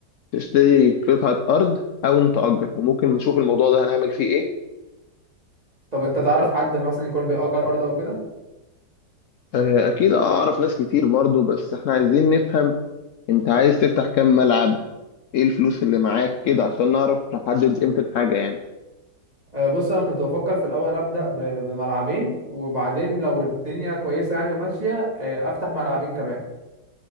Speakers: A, on the left (about 80°); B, on the right (about 20°).
A: تشتري قطعة أرض أو نتأجر وممكن نشوف الموضوع ده هنعمل فيه ايه
B: طب انت تعرف
A: طب
B: حد مثلا يكون بيأجر ارض او كده
A: آه، أكيد أعرف ناس كتير برضو بس احنا عايزين نفهم انت عايز تفتح كام ملعب ايه الفلوس اللي معاك كده عشان نعرف نحدد قيمة الحاجة يعني
B: آه، بص انا كنت بفكر في الاول ابدا ب- بملعبين وبعدين لو الدنيا كويسه يعني وماشيه آه، افتح ملعبين كمان